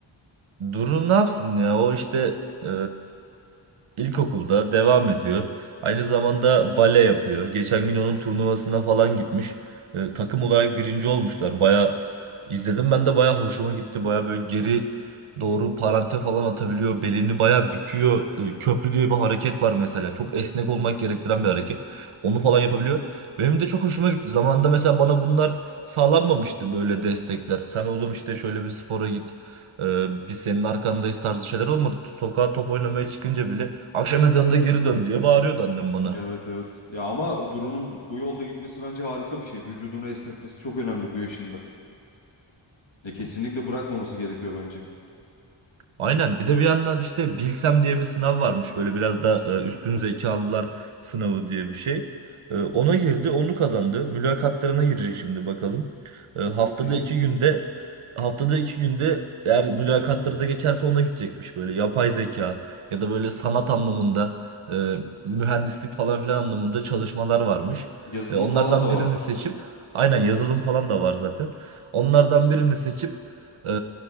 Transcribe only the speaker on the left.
Evet evet. Ya ama Duru'nun bu yolda gitmesi bence harika bir şey. Vücudunu esnetmesi çok önemli bu yaşında. Ya kesinlikle bırakmaması gerekiyor bence.
Hı
hı.
Çok iyi.
Yazılım
falan da
vardır.